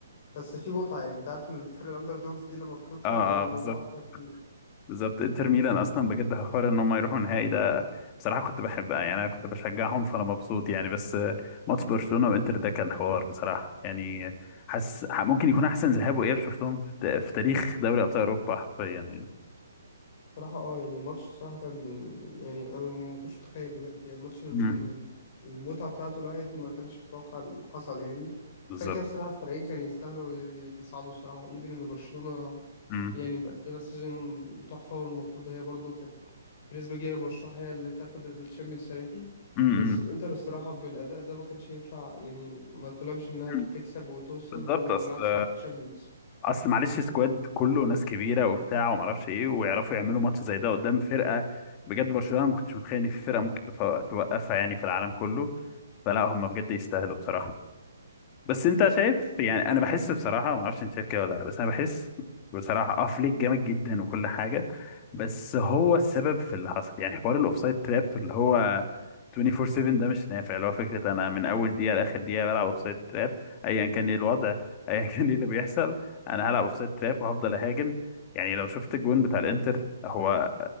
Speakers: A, on the left; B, on the left.
A: بس في متعة يعني انت عارف الفرق الأندر دوجز دي لما بتطلع
B: اه
A: بيبقى
B: آه،
A: الموضوع
B: بالظبط
A: أحلى كتير
B: بالظبط انتر ميلان اصلا بجد حوار ان هم يروحوا النهائي ده بصراحه كنت بحبها يعني انا كنت بشجعهم فانا مبسوط يعني بس ماتش برشلونه وانتر ده كان حوار بصراحه يعني حاسس ممكن يكون احسن ذهاب واياب شفتهم في في تاريخ دوري ابطال اوروبا حرفيا يعني
A: صراحة اه يعني الماتش صراحة كان يعني انا ما كنتش متخيل بجد يعني الماتش من
B: مم.
A: من من المتعة بتاعته الواحد ما كانش متوقع اللي حصل يعني
B: بالظبط
A: عشان كده الصراحة الفريقين كانوا يستاهلوا يصعدوا الصراحة ايفن ان برشلونة
B: مم.
A: يعني مقدمة سيزون تحفة والمفروض هي برضو كانت بنسبة كبيرة مرشحة هي اللي تاخد الشامبيونز السنة دي
B: مم.
A: بس الانتر الصراحة بالأداء ده ما كانش ينفع يعني ما تلومش انها
B: مم.
A: تكسب وتوصل
B: بالظبط
A: وبالعكس
B: اصل
A: وتاخد شامبيونز
B: اصل معلش سكواد كله ناس كبيره وبتاع وما اعرفش ايه ويعرفوا يعملوا ماتش زي ده قدام فرقه بجد برشلونه ما كنتش متخيل ان في فرقه ممكن تف- توقفها يعني في العالم كله فلا هم بجد يستاهلوا بصراحه بس انت
A: بالظبط
B: شايف يعني انا بحس بصراحه ما اعرفش انت شايف كده ولا لا بس انا بحس بصراحه اه فليك جامد جدا وكل حاجه بس هو السبب في اللي حصل يعني حوار الاوفسايد تراب اللي هو 24 7 ده مش نافع اللي هو فكره انا من اول دقيقه لاخر دقيقه بلعب اوفسايد تراب ايا كان ايه الوضع <laughs> ايا كان ايه اللي بيحصل انا هلعب اوفسايد تراب وهفضل اهاجم يعني لو شفت الجون بتاع الانتر هو